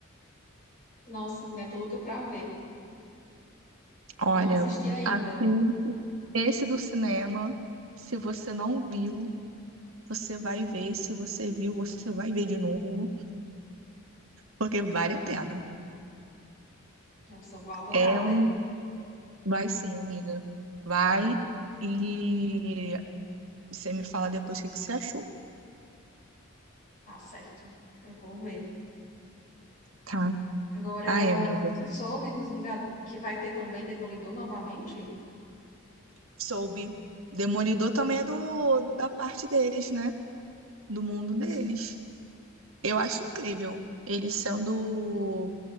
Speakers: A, on the left (about 40°); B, on the right (about 80°).
A: Nossa, mulher, tô louca pra ver.
B: Olha,
A: Não assisti ainda.
B: assim, esse do cinema, se você não viu, você vai ver. Se você viu, você vai ver de novo, porque vale a pena.
A: Nossa, eu vou adorar
B: É
A: ver.
B: um. Vai sim, amiga. Vai e você me fala depois o que que você achou,
A: Tá certo. Eu vou ver.
B: tá?
A: Agora,
B: Ai, amiga.
A: tu soube dos Vingadores que vai ter também Demolidor novamente?
B: Soube. Demolidor também é do, da parte deles, né? Do mundo deles.
A: Sim.
B: Eu acho incrível ele sendo